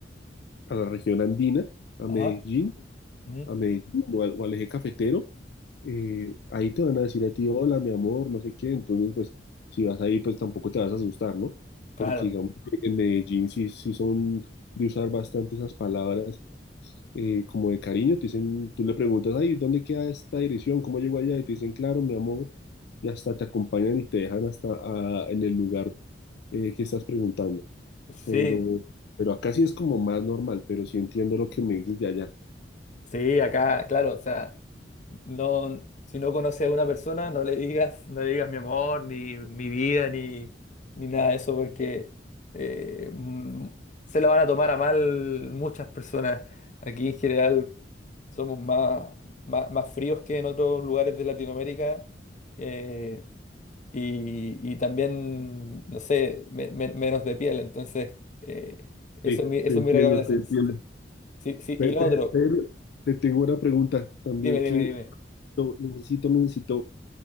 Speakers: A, on the left; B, on the left.
A: a la región andina, a
B: Ajá.
A: Medellín,
B: Ujú.
A: a Medellín o al, o al eje cafetero, eh, ahí te van a decir a ti, hola, mi amor, no sé qué. Entonces, pues, si vas ahí, pues tampoco te vas a asustar, ¿no?
B: Claro.
A: Porque digamos que en Medellín sí, sí son de usar bastante esas palabras eh, como de cariño. Te dicen, tú le preguntas, ay, ¿dónde queda esta dirección? ¿Cómo llego allá? Y te dicen, claro, mi amor. Y hasta te acompañan y te dejan hasta ah, en el lugar eh, que estás preguntando.
B: Sí,
A: Pero, pero acá sí es como más normal, pero sí entiendo lo que me dices de allá.
B: Sí, acá, claro, o sea, no, si no conoces a una persona, no le digas, no le digas mi amor, ni mi vida, ni, ni nada de eso, porque eh, mm, se lo van a tomar a mal muchas personas. Aquí en general somos más, más, más fríos que en otros lugares de Latinoamérica eh, y, y también, no sé, me- me- menos de piel. Entonces, eh, eso
A: Sí,
B: es mi, eso
A: te entiendo,
B: es mi recomendación.
A: te entiendo.
B: Sí, sí, sí,
A: Pe-
B: y lo
A: pe-
B: otro,
A: Pero te tengo una pregunta también
B: dime, dime,
A: que
B: dime.
A: to- necesito, necesito